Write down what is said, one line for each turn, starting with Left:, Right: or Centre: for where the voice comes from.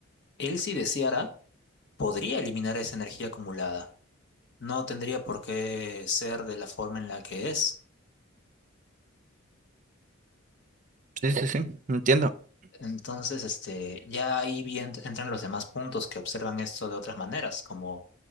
Left: él si deseara podría eliminar esa energía acumulada no tendría por qué ser de la forma en la que es.
Right: sí, sí, sí, entiendo.
Left: Entonces, este, ya ahí bien entran los demás puntos que observan esto de otras maneras, como